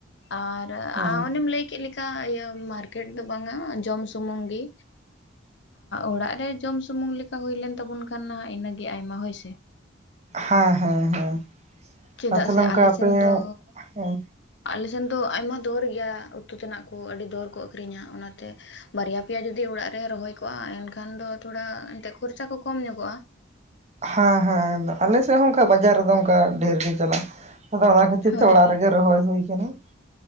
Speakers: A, on the left; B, on the right.
A: ᱟᱨ
B: ᱦᱮᱸ
A: ᱚᱱᱮᱢ ᱞᱟᱹᱭ ᱠᱮᱫ <unintelligible> ᱞᱮᱠᱟ ᱤᱭᱟᱹ ᱢᱟᱨᱠᱮᱴ ᱫᱚ ᱵᱟᱝ ᱟ ᱡᱚᱢ ᱥᱩᱢᱩᱝ ᱜᱮᱼᱼ ᱚᱲᱟᱜ ᱨᱮ ᱡᱚᱢ ᱥᱩᱢᱩᱝ ᱞᱮᱠᱟ ᱦᱩᱭ ᱞᱮᱱ ᱛᱟᱵᱚᱱ ᱠᱷᱟᱱ ᱤᱱᱟᱹ ᱜᱮ ᱟᱭᱢᱟ ᱦᱳᱭ ᱥᱮᱼᱼ
B: ᱦᱮᱸ ᱦᱮᱸ ᱦᱮᱸ
A: ᱪᱮᱫᱟᱜ
B: ᱟᱨ ᱛᱟᱦᱞᱮ
A: ᱥᱮ
B: ᱚᱱᱠᱟ
A: ᱟᱞᱮ
B: ᱟᱯᱮ
A: ᱥᱮᱱ ᱫᱚᱼᱼ
B: ᱦᱮᱸ
A: ᱟᱞᱮ ᱥᱮᱱ ᱫᱚ ᱟᱭᱢᱟ ᱫᱚᱨ ᱜᱮᱭᱟ ᱩᱛᱩ ᱛᱮᱱᱟᱜ ᱠᱚ ᱟᱹᱰᱤ ᱫᱚᱨ ᱠᱚ ᱟᱹᱠᱷᱨᱤᱧᱟ ᱚᱱᱟ ᱛᱮᱼᱼ ᱵᱟᱨᱭᱟ ᱯᱮᱭᱟ ᱡᱩᱫᱤ ᱚᱲᱟᱜ ᱨᱮ ᱨᱚᱦᱚᱭ ᱠᱚᱜᱼᱟ ᱮᱱᱠᱷᱟᱱ ᱫᱚ ᱛᱷᱚᱲᱟ ᱮᱱᱛᱮᱜ ᱠᱷᱚᱨᱪᱟ ᱠᱚ ᱠᱚᱢ ᱧᱚᱜᱚᱜᱼᱟ
B: ᱦᱮᱸ ᱦᱮᱸ ᱾ ᱟᱫᱚ ᱟᱞᱮ ᱥᱮᱫ ᱦᱚᱸ ᱚᱱᱠᱟ ᱵᱟᱡᱟᱨ ᱨᱮᱫᱚ ᱚᱱᱠᱟ ᱰᱷᱮᱨ ᱜᱮ ᱪᱟᱞᱟᱜᱼᱟ᱾ ᱟᱫᱚ ᱚᱱᱟ ᱠᱷᱟᱹᱛᱤᱨ
A: ᱦᱳᱭ
B: ᱚᱲᱟᱜ ᱨᱮᱜᱮ ᱨᱚᱦᱚᱭ ᱦᱩᱭ ᱠᱟᱱᱟ ᱾